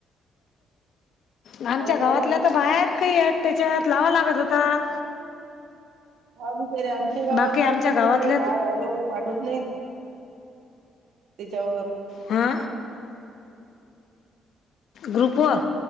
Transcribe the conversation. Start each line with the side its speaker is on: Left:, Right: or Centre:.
Left: आमच्या
Right: जेवण
Left: गावातल्या
Right: झालं?
Left: आता बायात काही आहेत त्याच्यात लावा लागत होता.
Right: हा बिचारे आमच्या गावात
Left: बाकी आमच्या
Right: नाही पण
Left: गावातले
Right: त्या हाय, हॅलो, पाठवत नाही. तिच्यावर.
Left: हा. ग्रुपवर